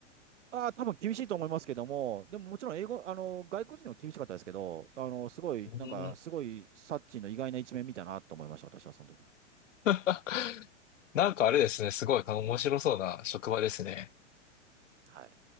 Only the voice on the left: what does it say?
うーん。
<laughs> なんかあれですね。すごい面白そうな職場ですね。